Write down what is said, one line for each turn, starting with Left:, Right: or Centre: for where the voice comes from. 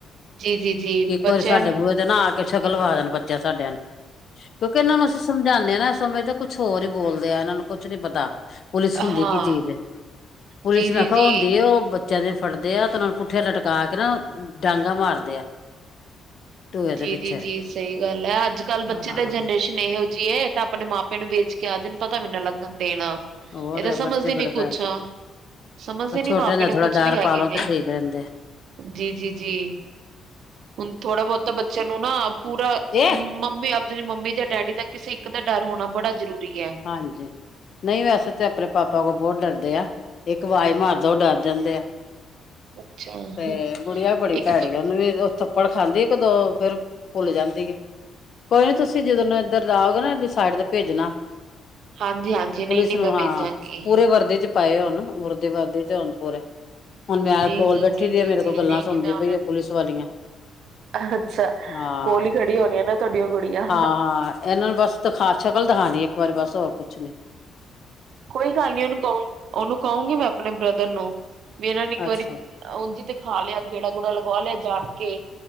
Right: ਜੀ ਜੀ ਜੀ
Left: ਇੱਕ
Right: ਬੱਚਿਆਂ
Left: ਵਾਰੀ ਸਾਡੇ ਬੂਹੇ ਤੇ ਨਾ ਆ ਕੇ ਸ਼ਕਲ ਵੇਖਾ ਦੇਣਾ ਬੱਚਿਆਂ ਸਾਡਿਆਂ ਨੂੰ। ਕਿਉਂਕਿ, ਏਨਾਂ ਨੂੰ ਅਸੀਂ ਸਮਝਾਂਦੇ ਆਂ ਨਾ ਸਮੇਂ ਤਾਂ ਕੁੱਛ ਹੋਰ ਹੀ ਬੋਲਦੇ। ਇਹਨਾਂ ਨੂੰ ਕੁੱਛ ਨੀ ਪਤਾ। ਪੁਲਿਸ ਹੁੰਦੀ
Right: ਹਾਂ
Left: ਹੈ ਕੀ ਚੀਜ਼ ਹੈ ਪੁਲਿਸ
Right: ਜੀ
Left: ਮੈਂ
Right: ਜੀ
Left: ਕਿਹਾ
Right: ਜੀ
Left: ਹੁੰਦੀ ਉਹ ਬੱਚਿਆਂ ਜ ਫੜਦੇ ਆ ਤੇ ਉਹਨਾਂ ਨੂੰ ਪੁੱਠੀਆਂ ਲਟਕਾ ਕੇ ਨਾ ਡਾਂਗਾ ਮਾਰਦੇ ਆ। ਟੂਏ ਦੇ
Right: ਜੀ
Left: ਪਿੱਛੇ
Right: ਜੀ ਜੀ ਸਹੀ ਗੱਲ ਹੈ ਅੱਜ ਕੱਲ ਬੱਚੇ
Left: ਹਾਂ
Right: ਦੀ ਜਨਰੇਸ਼ਨ ਇਹੋ ਜਿਹੀ ਹੈ ਤਾਂ ਆਪਣੇ ਮਾਪਿਆਂ ਨੂੰ ਵੇਚ ਕੇ ਆ ਜਾਣ। ਪਤਾ ਵੀ ਲੱਗਾ। ਦੇਣਾ
Left: ਹੋਰ
Right: ਇਹ ਤਾਂ ਸਮਝਦੇ
Left: ਬੱਚੇ ਬੜੇ
Right: ਨੀ ਕੁਛ
Left: ਭੈੜੇ
Right: ਸਮਝਦੇ
Left: ਪਰ
Right: ਨੀ
Left: ਛੋਟੇ
Right: ਮਾਪੇ
Left: ਹੁੰਦੇ
Right: ਨੂੰ
Left: ਥੋੜਾ
Right: ਕੁਛ
Left: ਡਰ
Right: ਵੀ ਹੈਗੇ
Left: ਪਾ ਲੋ ਤੇ
Right: ਨੇ
Left: ਠੀਕ ਰਹਿੰਦੇ
Right: ਜੀ ਜੀ ਜੀ ਹੁਣ ਥੋੜਾ ਬਹੁਤ ਬੱਚਿਆਂ ਨੂੰ ਨਾ ਪੂਰਾ
Left: ਇਹ
Right: ਮੰਮੀ ਆਪਦੀ ਮੰਮੀ ਦੇ ਡੈਡੀ ਦਾ ਕਿਸੇ ਇੱਕ ਦਾ ਡਰ ਹੋਣਾ ਬੜਾ ਜ਼ਰੂਰੀ ਹੈ।
Left: ਹਾਂਜੀ ਨਹੀਂ ਵੈਸੇ ਤੇ ਆਪਣੇ ਪਾਪਾ ਕੋਲ ਬਹੁਤ ਡਰਦੇ ਆ। ਇੱਕ ਆਵਾਜ਼ ਮਰਦਾ ਉਹ ਡਰ ਜਾਂਦੇ ਆ।
Right: ਅੱਛਾ
Left: ਤੇ ਗੁੜੀਆਂ ਵੀ ਬੜੀ
Right: ਇੱਕ
Left: ਭੈੜੀ ਉਹਨੂੰ ਵੀ ਉੱਥੋਂ ਪੜ ਖਾਂਦੀ ਇੱਕ ਦੋ ਫਿਰ ਭੁੱਲ ਜਾਂਦੀ ਆ। ਕੋਈ ਨੀ ਤੁਸੀਂ ਜਦੋਂ ਨੂੰ ਇੱਧਰ ਜਾਓਗੇ ਨਾ ਸਾਈਡ ਤੇ ਭੇਜਣਾ।
Right: ਹਾਂਜੀ ਹਾਂਜੀ
Left: ਪੁਲਿਸ
Right: ਨਹੀਂ ਨਹੀਂ
Left: ਨੂੰ
Right: ਮੈਂ
Left: ਹਾਂ
Right: ਭੇਜਾਂਗੀ।
Left: ਪੂਰੇ ਵਰਦੀ ਚ ਪਾਏ ਹੋਣ ਮੁਰਦੇ ਵਾਦੇ ਚ ਹੋਣ ਪੂਰੇ ਹੁਣ ਮੈਂ
Right: ਜੀ
Left: ਕੋਲ
Right: ਜੀ
Left: ਉਠੀ
Right: ਜੀ
Left: ਦੀ
Right: ਜੀ
Left: ਹੈ ਮੇਰੇ
Right: ਜੀ
Left: ਕੋਲ ਗੱਲਾਂ
Right: ਨਹੀਂ
Left: ਸੁਣਦੀ
Right: ਨਹੀਂ ਮੈਂ
Left: ਪਈ
Right: ਉਹਨਾਂ
Left: ਆ ਪੁਲਿਸ ਵਾਲੀਆਂ
Right: ਨੂੰ ਅੱਛਾ
Left: ਹਾਂ
Right: ਕੋਲ ਹੀ ਖੜੀ ਹੋਣੀ ਆ ਨਾ ਤੁਹਾਡੀ ਉਹ ਗੁੜੀਆ
Left: ਹਾਂ ਹਾਂ ਇਹਨਾਂ ਨੂੰ ਬਸ ਦਿਖਾ ਸ਼ਕਲ ਦਿਖਾਉਣੀ। ਵਾਰੀ ਬਸ ਹੋਰ ਕੁਛ ਨੀ।
Right: ਕੋਈ ਗੱਲ ਨੀ ਉਹਨੂੰ ਕਹੂੰ ਉਹਨੂੰ ਕਹੂੰਗੀ ਮੈਂ ਆਪਣੇ ਬ੍ਰਦਰ ਨੂੰ ਵੀ ਇਹਨਾਂ ਨੂੰ ਇੱਕ
Left: ਅੱਛਾ
Right: ਵਾਰੀ ਉਝ ਦਿਖਾ ਲਿਆ ਗੇੜਾ ਗੂੜਾ ਲਗਵਾ ਲਿਆ ਜਾਣ ਕੇ